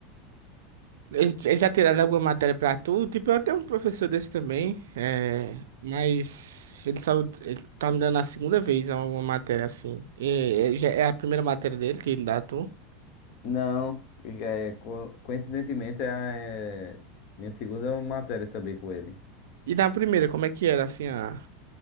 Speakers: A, on the right; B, on the left.
A: Ele ele já tiraram alguma matéria pra tu? Tipo, eu tenho um professor desse também, é... mas ele só... Ele tá me dando a segunda vez alguma matéria, assim. É, é, já é a primeira matéria dele que ele dá a tu.
B: Não, é, co- coincidentemente, é minha segunda matéria também com ele.
A: E na primeira, como é que era, assim, a...